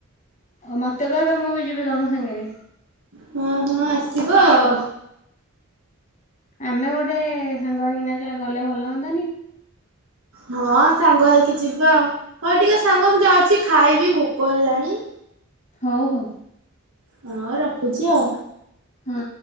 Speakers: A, on the left; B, on the right.
A: ଆଉ ମତେ କହିବ ମୁଁ ବି ଯିବି ତମ ସାଙ୍ଗେରେ।
B: ହଁ ହଁ ଆସିବ ଆଉ।
A: ଆମେ ଗୋଟେ ସାଙ୍ଗ ହେଇକିନା ଯେ ଗଲେ ଭଲ ହୁଅନ୍ନ୍ତାନି।
B: ହଁ ସାଙ୍ଗ ହେକି ଯିବା ଆଉ ହଉ ଟିକେ ସାଙ୍ଗ ମୁଁ ଯାଉଛି ଖାଇବି ଭୋକ ହେଲାଣି।
A: ହଉ ହଉ।
B: ହଁ ରଖୁଛି ଆଉ।
A: ହଁ।